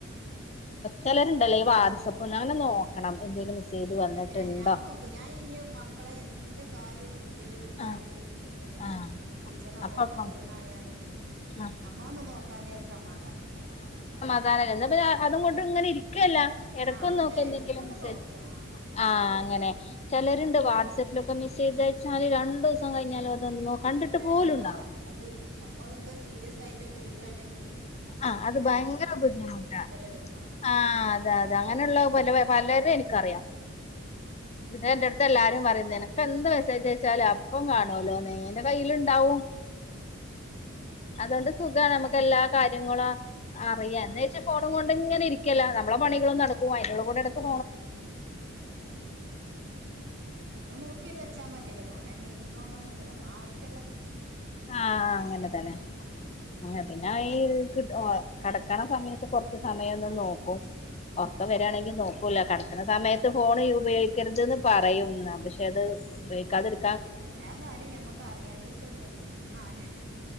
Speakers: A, on the left; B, on the right.
A: ചിലരുണ്ടല്ലേ വാട്സആപ്പ് അങ്ങനെ നോക്കണം എന്തേലും മെസ്സേജ് വന്നിട്ടുണ്ടോ
B: ഏ ഞാൻ നോക്കും ഞാൻ ഇനി മക്കളെ എന്ത് കാര്യവും ഇതില് വിട്ടാല്
A: ആഹ്
B: പിന്നെ
A: ആഹ്
B: ഇനി ടീച്ചർ അപ്പപ്പ
A: അപ്പപ്പം
B: വിടണായാലും
A: ആഹ്
B: നമ്മ ഒന്ന് നോക്കാഞ്ഞ ഒരു സമാധാനം ഇണ്ടാവൂല
A: <unintelligible> അതുകൊണ്ട് ഇങ്ങനെ ഇരിക്കും ത്രല്ല എടക്കെന്ന്
B: ആഹ് അല്ല
A: നോക്ക് എന്തെങ്കിലും
B: എടുക്കന്ന്
A: മെസ്സേജ്
B: നോക്ക
A: ഒന്ന്
B: ആഹ്
A: ആ അങ്ങനെ ചിലർണ്ട് വാട്സആപ്പില് മിസെജയച്ചാല് രണ്ട് സം കഴിഞ്ഞാലും അതൊന്നോ
B: ആഹ്
A: കണ്ടിട്ട്
B: അതൊരു
A: പോലുംണ്ടാവുല.
B: എടങ്ങേറാ അത് നമ്മളെന്തോ സീരിയസ് ആയിട്ടൊക്കെ വിടാണെങ്കിലെ
A: ആ അത് ഭയങ്കര ബുദ്ധിമുട്ടാണ്
B: എടങ്ങേറാ
A: ആ
B: ഉം
A: അതെ അതെ അങ്ങനെള്ള പല പലരും എനി ക്കറിയാം എന്റെ അടുത്ത് എല്ലാരും പറയും നിനക്ക് എന്ത് മെസേജ് അയച്ചാലും അപ്പ കാണുല്ലോ കയ്ല് ഉണ്ടാവും അതുകൊണ്ട് സുഖമാണ് നമുക്ക് എല്ലാ കാര്യങ്ങളാ
B: ഓഹ്
A: അറിയ എന്ന് വെച്ചപ്പോ ഫോണും കൊണ്ട് ഇങ്ങന ഇരിക്കും നമ്മെ പണികള നടക്കും അതിനുള്ള കൂടെ പോ
B: ആ ആ ആ ഒന്നും നോക്കിട്ട് വെച്ചാ മതിയല്ല തോനെ അതിൻമേ ഇരുന്നോണ്ടോന്നൊന്നുമില്ല ആവശ്യം
A: ആ അങ്ങനെ തന്നെ അനെ പിന്നെ ഉ കിടക്കണ സമയത്ത് കൊറച്ച് സമയൊന്നും നോക്കും ഉറക്കം വരായാണെങ്കിൽ നോക്കൂല്ല കിടക്കുന്ന സമയത്ത് ഫോൺ ഉപയോഗിക്കരുത്ന്ന് പറയും പക്ഷെ അത് ഉപയോഗിക്ക
B: എല്ലാ കാര്യം ഞമ്മക്ക് അറിയ ഒന്നുംല്ല ന